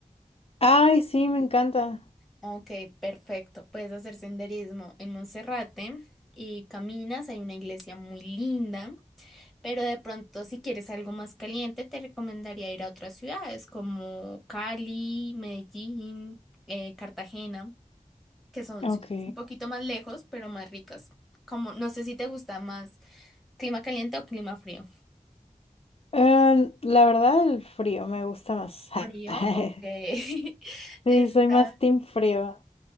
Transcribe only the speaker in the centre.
Ok, perfecto. Puedes hacer senderismo en Monserrate y caminas. Hay una iglesia muy linda, pero de pronto si quieres algo más caliente, te recomendaría ir a otras ciudades como Cali, Medellín, eh, Cartagena, que son
ciudades un poquito más lejos, pero más ricas. Como no sé si te gusta más clima caliente o clima frío.
Frío,
ok. <laughs>
Está